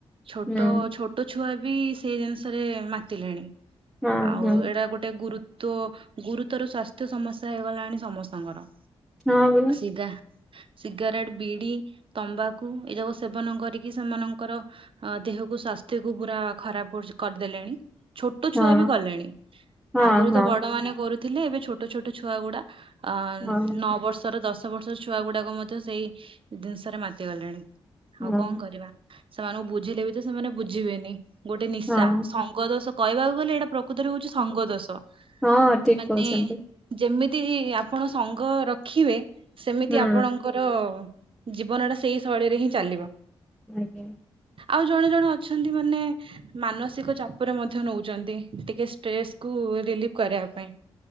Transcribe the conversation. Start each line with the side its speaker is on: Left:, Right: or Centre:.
Right: ଛୋଟ
Centre: ହୁଁ
Right: ଛୋ ଛୋଟ ଛୁଆ ବି ସେଇ ଜିନିଷରେ ମାତିଲେେଣି
Centre: ହଁ
Right: ଆଉ
Centre: ହଁ
Right: ଏଇଟା ଗୋଟେ ଗୁରୁ ତ୍ୱ ଗୁରୁତର ସ୍ଵାସ୍ଥ୍ୟ ସମସ୍ୟା ହେଇଗଲାଣି ସମସ୍ତଙ୍କର,
Centre: ହଁ ପରା।
Right: ଇଗା ସିଗାରେଟ, ବିଡି, ତମ୍ବାକୁ ଏ ଯାକ ସେବନ କରିକି ସେମାନଙ୍କର, ଅ ଦେହକୁ ସ୍ଵାସ୍ଥ୍ୟକୁୁ ପୁରା ଖରାପ କରିଦେଲେଣି। ଛୋଟ
Centre: ପରା
Right: ଛୁଆ ବି କଲେଣି
Centre: ହଁ
Right: ଆଗରୁ
Centre: ହଁ
Right: ତ ବଡ ମାନେ କରୁଥିଲେ ଏବେ ଛୋଟ ଛୋଟ ଛୁଆ ଗୁଡା ଅ
Centre: ହଁ ହଁ
Right: ନଅ ବର୍ଷର ଦଶ ବର୍ଷର ଛୁଆ ଗୁଡାକ ମଧ୍ୟ ସେଇ ଜିନିଷରେ ମାତିଗଲେଣି। ଆଉ
Centre: ହଁ
Right: କଣ କରିବା ସେମାନଙ୍କୁ ବୁଝିଲେ ବି ତ ସେମାନେ ବୁଝିବେନି ଗୋଟେ ନିଶା
Centre: ହଁ
Right: ସ ଗ ଦୋଷ କହିବାକୁ ଗଲେ ଏଇଟା ପ୍ରକୃତରେ ହଉଛି ସଙ୍ଗଦୋଷ
Centre: ହଁ ଠିକ
Right: ମାନେ
Centre: କହୁଛନ୍ତି
Right: ଯେମିତି ଆପଣ ସଙ୍ଗ ରଖିବେ ସେମିତି
Centre: ହୁଁ
Right: ଆପଣଙ୍କର ଜୀବନ ଟା ସେଇ ଶୈଳୀରେ ହିଁ ଚାଲିବ।
Centre: ଆଜ୍ଞା।
Right: ଆଉ ଜଣେ ଜଣେ ଅଛନ୍ତି ମାନେ ମାନସିକ ଚାପରେ ମଧ୍ୟ ନଉଛନ୍ତି ଟିକେ ଷ୍ଟ୍ରେସ୍ କୁ ରିଲିଫ କରିବା ପାଇଁ।